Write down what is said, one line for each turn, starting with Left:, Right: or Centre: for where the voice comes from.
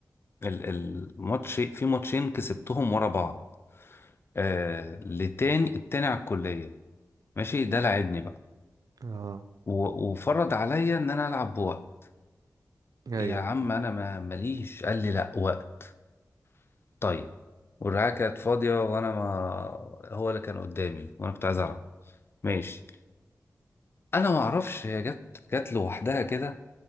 Left: ال- الماتش في ماتشين كسبتهم ورا بعض آه لتاني التاني على الكلية ماشي ده لعبني بقى
Right: <laughs> اه
Left: و- وفرض عليا ان انا العب بوقت
Right: ايوه
Left: يا عم انا ما ماليش قال لي لا وقت طيب والرعاية كانت فاضية وانا ما هو اللي كان قدامي وانا كنت عايز العب ماشي انا ما اعرفش هي جت جت لوحدها كده